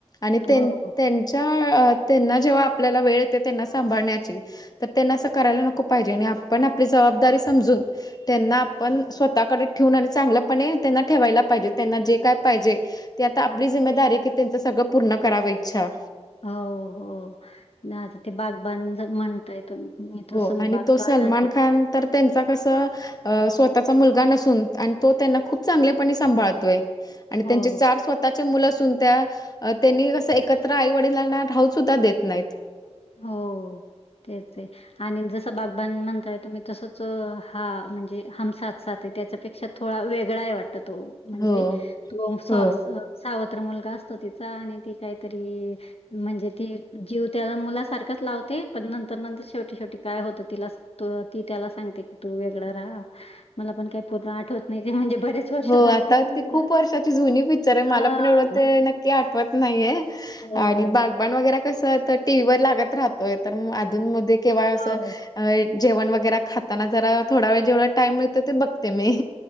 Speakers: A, on the left; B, on the left.
A: आणि त्यांना
B: हो
A: जेव्हा आपल्याला वेळ येते त्यांना सांभाण्याची त्यांना अस करायला नको पाहिजे आणि आपण आपली जबाबदारी समजून त्यांना आपण स्वतःकडे ठेवून आणि चांगलंपणे त्यांना ठेवायला पाहिजे त्यांना जे काय पाहिजे ती आता आपली जिमेदारी आहे की त्यांचं सगळं पूर्ण कराव इच्छा
B: हो हो आता ते बागबान म्हणताय तुम्ही मी
A: हो
B: तसं
A: आणि
B: बागबान
A: तो सलमान
B: आणि
A: खान तर त्यांचा कसं स्वतःचा मुलगा नसून आणि तो त्यांना खूप चांगलेपणे सांभाळतोय आणि
B: हो
A: त्यांचे चार स्वतः आताचे मुलं असून त्या त्यांनी असं एकत्र आईवडिलांना राहू सुद्धा देत नाहीत.
B: हो तेच आहे आणि जसं बागबान म्हणताय तुम्ही तसच हा म्हणजे हम साथ साथ है त्याच्यापेक्षा थोडा वेगळा आहे वाट त तो म्हणजे
A: हो
B: तुमचं
A: हो
B: अस. सावत्र मुलगा असतो तिचा आणि ती काहीतरी म्हणजे ती जीव त्या मुला. सारखाच लावते पण नंतर. तर नंतर शेवटी शेवटी काय होतं तिला तो ती त्याला सांगते की तू वेगळं राहा. मला पण काही पूर्ण आठवत नाही ते म्हणजे बरेच. वर्ष
A: हो
B: झाले
A: आता
B: ते पण लिहिलं.
A: ती खूप वर्षाची जुनी पिक्चर आहे
B: हां.
A: मला पण एवढं ते
B: हां,
A: नक्की. की आठवत नाहीये
B: हो,
A: आणि बाग. बाण वगैरे कस तर टी व्ही वर लागत राहतोय तर अधून मध्ये केव्हा अस.
B: हो.
A: अ जेवण वगैरे खाताना जरा थोडा वेळ जेवढ टाइम मिळतो ते बघते मी.